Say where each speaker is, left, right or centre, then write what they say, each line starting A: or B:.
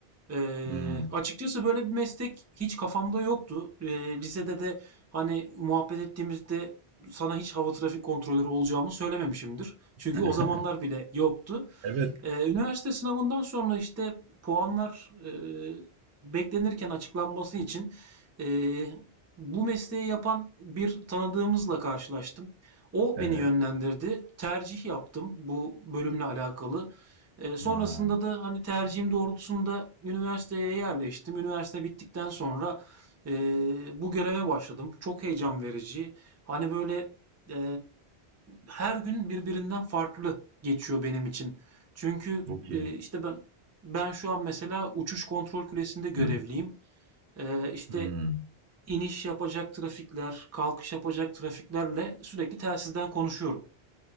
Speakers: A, on the right (about 20°); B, on the right (about 85°).
A: Eee,
B: Hmm.
A: açıkçası böyle bir meslek hiç kafamda yoktu. Eee, lisede de hani muhabbet ettiğimizde sana hiç hava trafik kontrolörü olacağımı söylememişimdir. Çünkü
B: <laughs>
A: o zamanlar bile yoktu.
B: Evet.
A: Ee, üniversite sınavından sonra işte puanlar e, beklenirken açıklanması için e, bu mesleği yapan bir tanıdığımızla karşılaştım. O
B: Evet.
A: beni yönlendirdi. Tercih yaptım bu bölümle alakalı. E, sonrasında
B: Ha,
A: da hani tercihim doğrultusunda üniversiteye yerleştim. Üniversite bittikten sonra e, bu göreve başladım. Çok heyecan verici. Hani böyle e, her gün birbirinden farklı geçiyor benim için. Çünkü,
B: çok iyi.
A: eee, işte, ben ben şu an mesela uçuş kontrol kulesinde görevliyim.
B: <clears throat>
A: Eee, işte,
B: Hmm.
A: iniş yapacak trafikler, kalkış yapacak trafiklerle sürekli telsizden konuşuyorum.